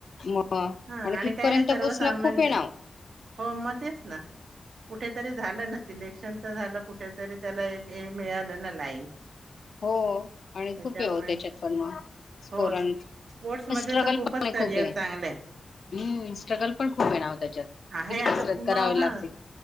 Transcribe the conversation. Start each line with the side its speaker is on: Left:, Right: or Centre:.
Left: मग
Right: हा आणि
Left: तिथपर्यंत
Right: काय नाही सर्व
Left: पोचणं
Right: सामान्य
Left: खूप आहे नाव
Right: हो म तेच ना कुठेतरी झालं नस सिलेक्शन तर झालं कुठेतरी त्याला एक मिळालं ना लाईन
Left: हो आणि
Right: त्याच्यामुळे
Left: खूप ये हो त्याच्यात पण म
Right: हो
Left: ोर
Right: स्पोर्ट्स मध्ये
Left: स्ट्रगल
Right: तर खूपच
Left: पाणे
Right: करिअर
Left: खूप आहे हम्म
Right: चांगलं
Left: स्ट्रगल पण खूप आहे नाव त्याच्यात
Right: आहे
Left: किती
Right: आता
Left: कसरत
Right: मग
Left: करावी
Right: हा
Left: लागते